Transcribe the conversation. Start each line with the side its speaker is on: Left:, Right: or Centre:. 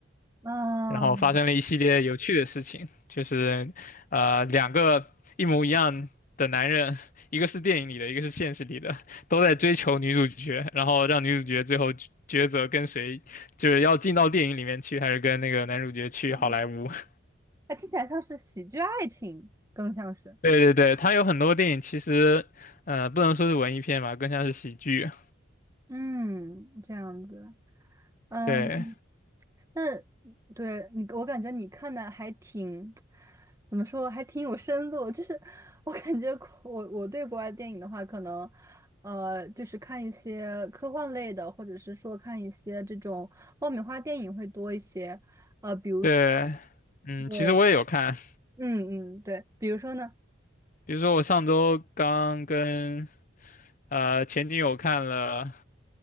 Right: 嗯，
Left: 然后发生了一系列有趣的事情，就是呃两个一模一样的男人，一个是电影里的，一个是现实里的，都在追求女主角，然后让女主角最后抉抉择跟谁，就是要进到电影里面去，还是跟那个男主角去好莱坞。
Right: 嗯
Left: <laughs>
Right: 它 <laughs> 听起来像是喜剧爱情，更像是
Left: 对对对，他有很多电影其实呃不能说是文艺片吧，更像是喜剧。
Right: 嗯，这样子。嗯，
Left: 对
Right: 那对你，我感觉你看的还挺，怎么说，还挺有深度。就是我感觉我我对国外电影的话，可能呃，就是看一些科幻类的，或者是说看一些这种爆米花电影会多一些。呃，比如说，
Left: 对，嗯，
Right: 对，
Left: 其实我也有看，
Right: 嗯嗯，对，比如说呢，
Left: 比如说我上周刚跟呃前女友看了